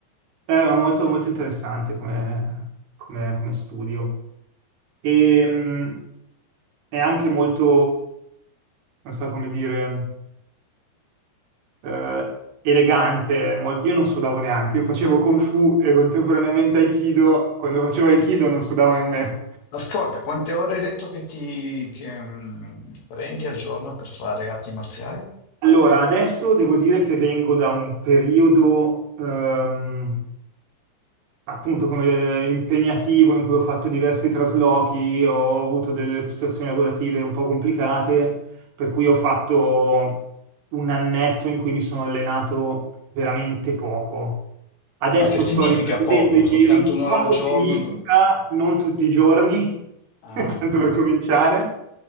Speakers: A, on the right; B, on the left.
A: è molto, molto interessante come, come- come studio. E, mh, è anche molto, non so come dire, eh, elegante. molto- Io non sudavo neanche, io facevo Kung Fu e contemporaneamente Aikido. Quando facevo Aikido non sudavo nemmeno.
B: Ascolta, quante ore hai detto che ti che, mm, prendi al giorno per fare arti marziali?
A: Allora, adesso devo dire che vengo da un periodo, ehm, appunto come impegnativo in cui ho fatto diversi traslochi, ho avuto delle situazioni lavorative un po' complicate, per cui ho fatto un annetto in cui mi sono allenato veramente poco. Adesso
B: Ma che significa
A: sto riprendendo
B: poco?
A: i
B: Soltanto
A: miei ritmi.
B: un'ora
A: Poco
B: al giorno?
A: significa
B: due-
A: non tutti i giorni,
B: Ah,
A: <laughs> tanto
B: ho capito,
A: per cominciare.